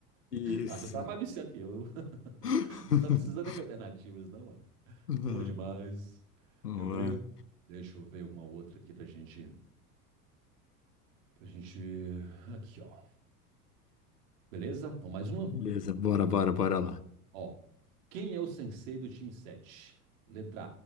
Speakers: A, on the left; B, on the right.
A: Isso.
B: Ah, você tá mais viciado que eu. <laughs>
A: <laughs>
B: Não tá precisando nem de alternativas, não, é?
A: Uhum.
B: Bom demais.
A: Boa.
B: Quer ver? Deixa eu ver uma outra aqui pra gente. Pra gente. Aqui, ó. Beleza? Vamos mais uma?
A: Beleza, bora, bora, bora lá.
B: Ó. Quem é o sensei do time 7? Letra